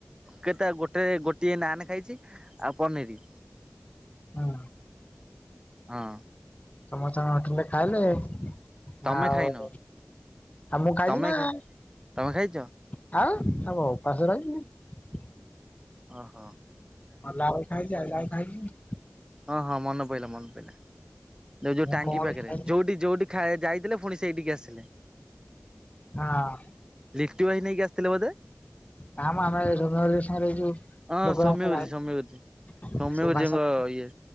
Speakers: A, on the right; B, on the left.
A: କେତେ ଗୋଟେ ଗୋଟିଏ ନାନ୍ ଖାଇଛି ଆ ପନିରି।
B: ହଁ।
A: ହଁ।
B: ସମସ୍ତେ ଆମେ ହୋଟେଲରେ ଖାଇଲେ।
A: ତମେ
B: ଆଉ,
A: ଖାଇନ
B: ଆଉ ମୁଁ ଖାଇଛି
A: ତମେ
B: ନା।
A: ଖା
B: ଆଉ
A: ତମେ ଖାଇଛ
B: ଆଉ କଣ୍ ଉପାଶ ରହିବି?
A: ଓ ହ।
B: ଗଲା ବେଳକୁ ଖାଇଛି ଆଇଲା ବେଳକୁ ଖାଇଛି।
A: ହଁ ହଁ ମନେ ପଇଲା ମନେ ପଇଲା ଯୋଉ ଯୋଉ
B: ମୁଁ
A: ଟାଙ୍ଗୀ
B: କଣ
A: ପାଖରେ
B: ଖାଇଲି
A: ଯୋଉଠି ଯୋଉଠି ଖାଇବାକୁ ଯାଇଥିଲେ ପୁଣି ସେଇଠିକି ଆସିଲେ।
B: ହଁ।
A: ଲିଫ୍ଟି ଭାଇ ନେଇକି ଆସିଥିଲେ ବୋଧେ?
B: କାମ ଆମେ ଜ ସାଙ୍ଗରେ ଯୋଉ
A: ହଁ
B: ଲୋକ
A: ସୌମ୍ୟ
B: ଭାଷା
A: ଗୁରୁଜୀ ସୌମ୍ୟ ଗୁରୁଜୀ। ସୌମ୍ୟ
B: ସେ
A: ଗୁରୁଜୀଙ୍କ
B: ଭାଷା
A: ଇଏ